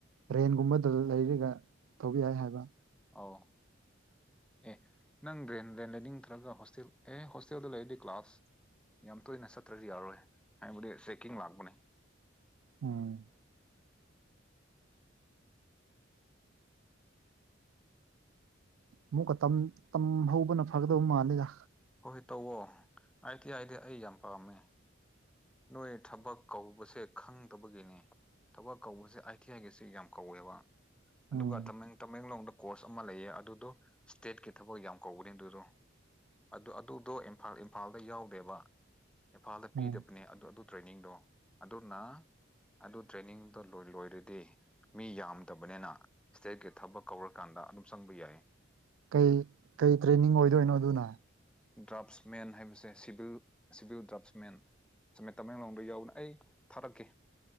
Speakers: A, on the right (about 80°); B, in the centre.
A: ꯔꯦꯟꯒꯨꯝꯕꯗ ꯂꯩꯔꯒ ꯇꯧꯕ ꯌꯥꯏ ꯍꯥꯏꯕ
B: ꯑꯥꯎ ꯑꯦ ꯅꯪ ꯔꯦꯟ ꯔꯦꯟ ꯂꯩꯅꯤꯡꯗ꯭ꯔꯒ ꯍꯣꯁꯇꯦꯜ ꯑꯦ ꯍꯣꯁꯇꯦꯜꯗ ꯂꯩꯔꯗꯤ ꯀ꯭ꯂꯥꯁ ꯌꯥꯝ ꯇꯣꯏꯅ ꯆꯠꯇ꯭ꯔꯗꯤ ꯌꯥꯔꯣꯏ ꯍꯥꯏꯕꯗꯤ ꯆꯦꯛꯀꯤꯡ ꯂꯥꯛꯄꯅꯦ
A: ꯎꯝ ꯑꯃꯨꯛꯀ ꯇꯝ ꯍꯧꯕꯅ ꯐꯒꯗꯧ ꯃꯥꯜꯂꯦꯗ
B: ꯍꯣꯏ ꯇꯧꯋꯣ ꯑꯏ ꯇꯤ ꯑꯏꯗꯤ ꯑꯩ ꯌꯥꯝ ꯄꯥꯝꯃꯦ ꯅꯣꯏ ꯊꯕꯛ ꯀꯧꯕꯁꯦ ꯈꯪꯗꯕꯒꯤꯅꯦ ꯊꯕꯛ ꯀꯧꯕꯁꯦ ꯑꯥꯏ ꯇꯤ ꯑꯥꯏꯒꯤꯁꯦ ꯌꯥꯝ ꯀꯧꯋꯦꯕ ꯑꯗꯨꯒ
A: ꯎꯝ
B: ꯇꯃꯦꯡ ꯇꯃꯦꯡꯂꯣꯡꯗ ꯀꯣꯔꯁ ꯑꯃ ꯂꯩꯌꯦ ꯑꯗꯨꯗꯣ ꯏꯁ꯭ꯇꯦꯠꯀꯤ ꯊꯕꯛ ꯌꯥꯝ ꯀꯧꯕꯅꯦ ꯑꯗꯨꯗꯣ ꯑꯗꯨ ꯑꯗꯨꯗꯣ ꯏꯝꯐꯥꯜꯗ ꯌꯥꯎꯗꯦꯕ ꯏꯝꯐꯥꯜꯗ
A: ꯎꯝ
B: ꯄꯤꯗꯕ ꯑꯗꯨ ꯑꯗꯨ ꯇ꯭ꯔꯦꯅꯤꯡꯗꯣ ꯑꯗꯨꯅ ꯑꯗꯨ ꯇ꯭ꯔꯦꯅꯤꯡꯗꯣ ꯂꯣꯏ ꯂꯣꯏꯔꯗꯤ ꯃꯤ ꯌꯥꯝꯗꯕꯅꯦꯅ ꯏꯁꯇꯦꯠꯀꯤ ꯊꯕꯛ ꯀꯧꯔꯀꯥꯟꯗ ꯑꯗꯨꯝ ꯆꯪꯕ ꯌꯥꯏ
A: ꯀꯩ ꯀꯩ ꯇ꯭ꯔꯦꯅꯤꯡ ꯑꯣꯏꯗꯣꯏꯅꯣ ꯑꯗꯨꯅ
B: ꯗ꯭ꯔꯥꯞꯁꯃꯦꯟ ꯍꯥꯏꯕꯁꯦ ꯁꯤꯚꯤꯜ ꯁꯤꯚꯤꯜ ꯗ꯭ꯔꯥꯞꯁꯃꯦꯟ ꯃꯦ ꯇꯃꯦꯡꯂꯣꯡꯗ ꯌꯥꯎꯕꯅꯦ ꯑꯩ ꯊꯥꯔꯛꯀꯦ